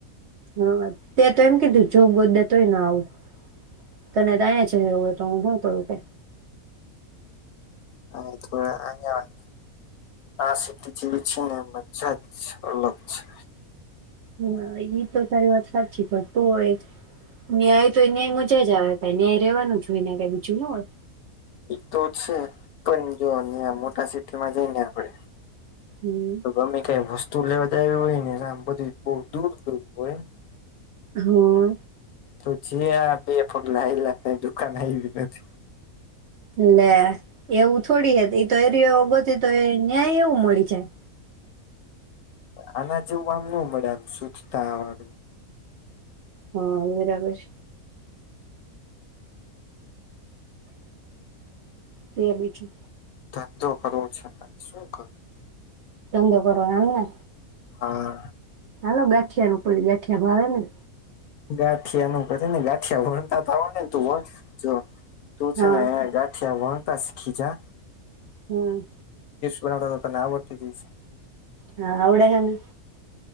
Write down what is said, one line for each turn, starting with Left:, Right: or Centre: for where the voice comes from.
Right: હા તે તો એમ કીધું જોબ ગોતદે તોય ન આવું. તને તો આયા જ છે રેવું હોય તો હું હું કરું કે.
Left: અ તો આયા આ સિટી જેવી છે ને મજા જ અલગ છે.
Right: હા ઈ તો તારી વાત સાચી. પણ તું હોય ન્યાય તો ન્યાય મજા જ આવે કઈ ન્યાય રેવાનું જ હોય ન્યાં કઈ બીજું ના હોય.
Left: એ તો છે પણ જો ત્યાં મોટા સિટીમાં જઈને પડે.
Right: હમ
Left: તો ગમે કય વસ્તુ તુઓ લેવાા જવી હોય ને પછી બધું બહ દૂર દૂર હોય.
Right: હા.
Left: જે આ બે પગલાં હાયલા નથી ને દુકાન આયવી નથી.
Right: એટલેે એવું થોડી હે તો ઈ તો એરિયો ગોતી તોય ન્યાય એવું મળી જાય.
Left: આના જેવું આમ ન મેળ આવે સ્વચ્છતાવાળું.
Right: હા બરાબર છે. કે બીજું.
Left: ધંધો કરવો છે પણ શું કરું?
Right: ધંધો કરવો એમ ને?
Left: હા.
Right: હાલો ગાઠિયાનું ઉપાડી લય ગાંઠિયા ભાવે ને?
Left: ગાંઠિયાનું કંઈક હે ને ગાંઠિયા વણતા તો આવડે ને તું વણ જો તું છે
Right: હા
Left: ને હે ગાંઠિયામાં કરતા શીખીજા.
Right: હમ.
Left: બનાવતા તો તને આવડતું જ હસે.
Right: હા આવડે હે ને.